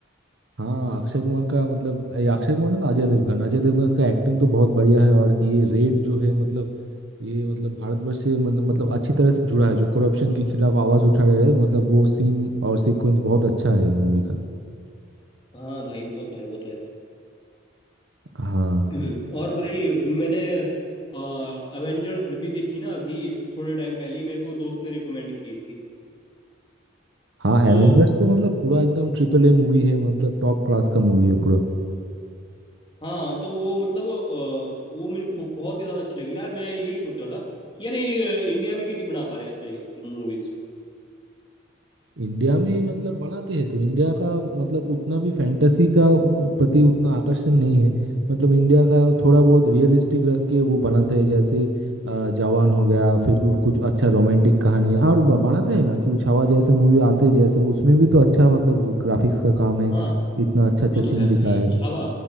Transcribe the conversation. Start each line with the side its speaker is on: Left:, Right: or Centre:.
Right: हाँ अक्षय कुमार का मतलब ये अक्षय कुमार ना अजय देवगन अजय देवगन का एक्टिंग तो बहुत बढ़िया है और ये रेड जो है मतलब ये मतलब भारतवर्ष से मतलब मतलब अच्छी तरह से जुड़ा है जो करप्शन के खिलाफ आवाज उठा रहे हैं मतलब वो सीन और सीक्वेंस बहुत अच्छा है इन मूवी का
Left: हाँ भाई वो तो है वो तो है
Right: हाँ
Left: <clears throat> और भाई मैंने अवेंजर्स भी देखी ना अभी थोड़े टाइम पहले ही मेरे को दोस्त ने रिकमेंड की थी
Right: हाँ
Left: तो
Right: एवेंजर्स तो मतलब पूरा एकदम ट्रिपल ए मूवी है मतलब टॉप क्लास का मूवी है पूरा
Left: हाँ तो वो मतलब अ, वो मेरे को बहुत ही ज्यादा अच्छी लगी यार मैं यही सोच रहा था कि यार ये इंडिया में क्यों नहीं बना पा रहे ऐसे मूवीज
Right: इंडिया में मतलब बनाते हैं तो इंडिया का मतलब उतना भी फैंटेसी का उ- प्रति उतना आकर्षण नहीं है मतलब इंडिया का थोड़ा बहुत रियलिस्टिक रख के वो बनाते हैं जैसे अ, जवान हो गया फिर कुछ कुछ अच्छा रोमांटिक कहानी है और ब- बनाते हैं ना कि उछावा जैसे मूवी आते हैं जैसे उसमें भी तो अच्छा मतलब ग्राफिक्स का काम है
Left: हाँ
Right: इतना अच्छा अच्छा
Left: वो
Right: सीन
Left: तो है
Right: दिखाया
Left: भाई
Right: है
Left: छावा